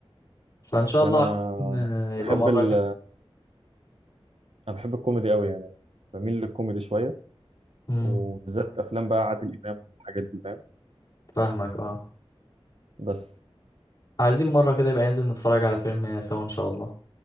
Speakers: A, on the left; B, on the right.
A: فان شاء الله
B: انا
A: عايزين، آه، يبقى
B: بحب
A: مره
B: ال...
A: كده
B: انا بحب الكوميدي قوي يعني بميل للكوميدي شويه
A: امم
B: وبالذات افلام بقى عادل امام والحاجات دي فاهم
A: فاهمك اه
B: بس
A: عايزين مرة كده يبقى ننزل نتفرج على فيلم سوا إن شاء الله